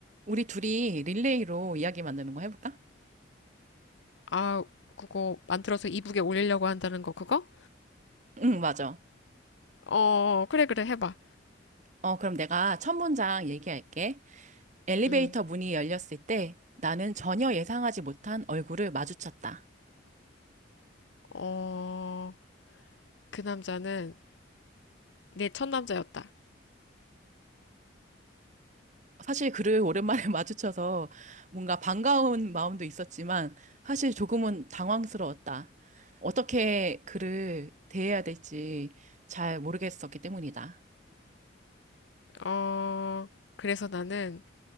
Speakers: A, on the right (about 40°); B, on the left (about 70°).
A: 우리 둘이 릴레이로 이야기 만드는 거 해볼까?
B: 아, 그거 만들어서 이북에 올리려고 한다는 거 그거?
A: 응, 맞아.
B: 어, 그래 그래 해봐.
A: 어, 그럼 내가 첫 문장 얘기할게. 엘리베이터
B: 음.
A: 문이 열렸을 때 나는 전혀 예상하지 못한 얼굴을 마주쳤다.
B: 어, 그 남자는 내 첫 남자였다.
A: 사실 그를 오랜만에 <laughs> 마주쳐서 뭔가 반가운 마음도 있었지만 사실 조금은 당황스러웠다. 어떻게 그를 대해야 될지 잘 모르겠었기 때문이다.
B: 어, 그래서 나는